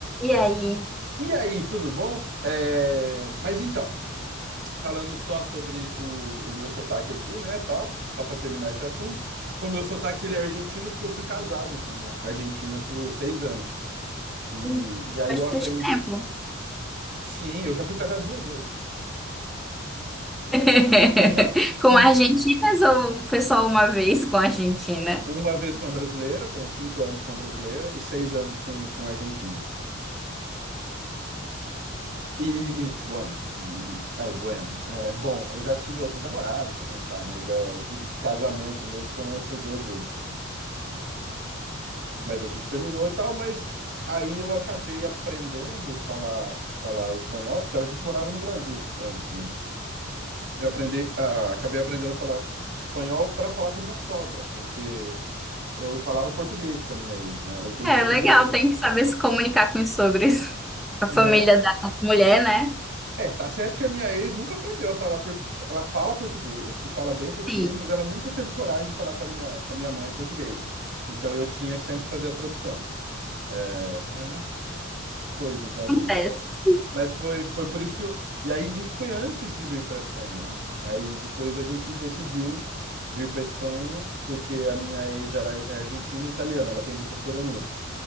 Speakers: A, in the centre; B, on the right.
A: E
B: Hum.
A: aí?
B: E aí, tudo bom? É, Mas então, falando só sobre o, o meu sotaque aqui, né, tal, só para terminar esse assunto, o meu sotaque ele é argentino porque eu fui casado com uma argentina por seis anos. E,
A: Hum,
B: e aí
A: Bastante
B: eu aprendi.
A: tempo.
B: Sim, eu já fui casado duas vezes.
A: <laughs>
B: <laughs> Casado uma,
A: Com argentinas ou foi só uma vez com a Argentina?
B: uma vez com uma brasileira, foram cinco anos com uma brasileira e seis anos com, com uma argentina. E, e bueno, aí, bueno. É, bom, eu já tive outras namoradas também e tal, mas é, de, de casamento mesmo foram essas duas vezes. mas a gente terminou e tal, mas aí eu acabei aprendendo falar falar espanhol, porque a gente morava no Brasil antes, né? Eu aprendi, ah, acabei aprendendo a falar espanhol para falar com a minha sogra, porque eu falava português com a minha ex, né? Ela entendia
A: É, legal,
B: português,
A: tem que saber se comunicar com os sogros. <laughs> A família
B: né?
A: da mulher, né?
B: É, tá certo que a minha ex nunca aprendeu a falar por... ela fala português e fala bem português,
A: Sim,
B: mas ela nunca teve coragem de falar com a minha com a minha mãe em português. Então eu tinha que sempre fazer a tradução. É, mas né? Coisas da vida.
A: acontece.
B: Mas foi, foi por isso que eu. E aí, isso foi antes de vir para a Espanha, né? Aí depois a gente decidiu vir para a Espanha, porque a minha ex, ela é argentina e italiana, ela tem dupla cidadania.